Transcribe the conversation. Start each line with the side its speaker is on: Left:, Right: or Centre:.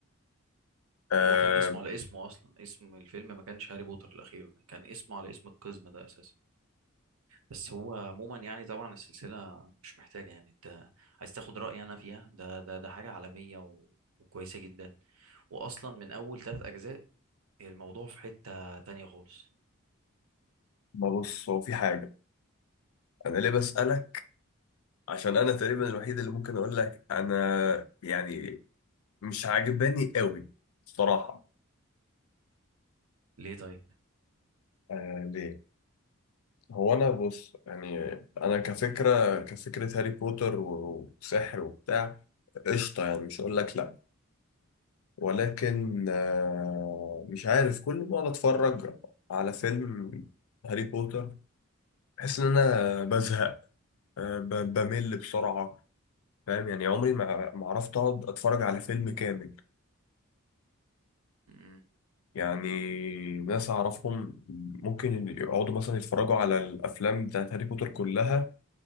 Left: آه
Right: هو كان اسمه على اسمه أصلا اسم الفيلم ما كانش هاري بوتر الأخير ده كان اسمه على اسم القزم ده أساسا بس هو عموما يعني طبعا السلسلة مش محتاجة يعني أنت عايز تاخد رأيي أنا فيها ده ده ده حاجة عالمية و... وكويسة جدا وأصلا من أول ثلاث أجزاء الموضوع في حتة تانية خالص
Left: ما بص هو في حاجة انا ليه بسألك عشان انا تقريبا الوحيد اللي ممكن اقول لك انا يعني مش عاجباني قوي الصراحة
Right: ليه طيب؟
Left: آه ليه هو انا بص يعني انا كفكرة كفكرة هاري بوتر و- وسحر وبتاع قشطة يعني مش هقول لك لا ولكن آه، مش عارف كل ما أقعد أتفرج على فيلم هاري بوتر بحس إن أنا بزهق آه، ب- بمل بسرعة فاهم يعني عمري ما ما عرفت أقعد أتفرج على فيلم كامل
Right: م-
Left: يعني ناس أعرفهم ممكن يقعدوا مثلا يتفرجوا على الأفلام بتاعت هاري بوتر كلها